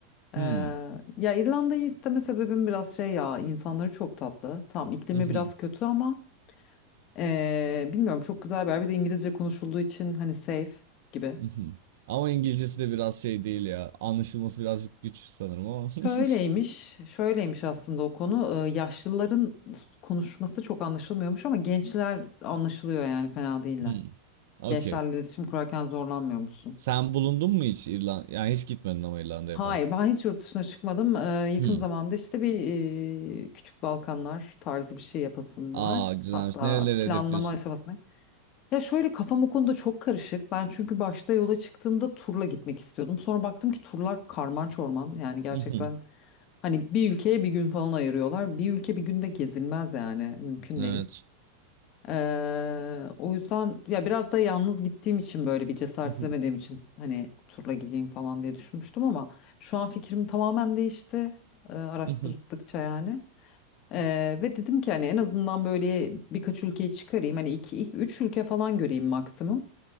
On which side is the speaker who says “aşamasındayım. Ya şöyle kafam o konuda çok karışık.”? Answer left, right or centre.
Left